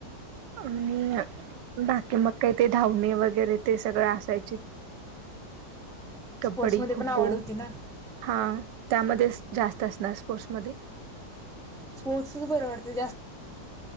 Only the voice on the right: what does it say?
आणि बाकी मग काही ते धावणे वगैरे वगैरे ते सगळं असायचे. कबड्डी
खो
खो
हा त्यामध्ये जास्त असणार स्पोर्ट्स मध्ये.